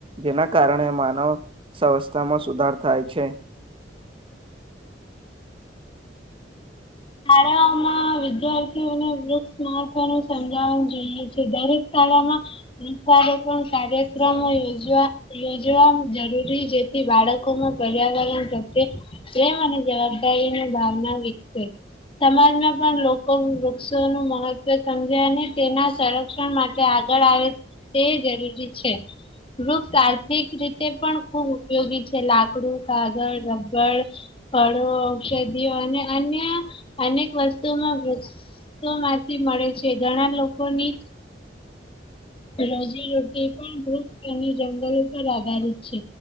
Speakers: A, on the right; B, on the left.
A: જેના કારણે માનવ સંવસ્થામાં સુધાર થાય છે.
B: શાળાઓમાં વિદ્યાર્થીઓને વૃક્ષ મહત્વનું સમજાવું જોઈએ છે દરેક. શાળામાં વૃક્ષારોપણ કાર્યક્રમો યોજવા. યોજવા જરૂરી જેથી બાળકોમાં પર્યાવરણ પ્રત્યે. પ્રેમ અને જવાબદારીની ભાવના વિકસે. સમાજમાં પણ લોકો વૃક્ષો નુ મહત્વ સમજે અને તેના સર. શરક્ષણ માટે આગળ આવે તે જરૂરી છે. વૃક્ષ આર્થિક રીતે પણ ખૂબ ઉપયોગી છે લાકડું કાગળ રબર. ફળો ઔષધિઓ અને અન્ય. અનેક વસ્તુમાં વૃક્ષોમાંથી મળે છે ઘણા લોકોની. રોજી રોટી પણ. અને જંગલો પર આધારિત છે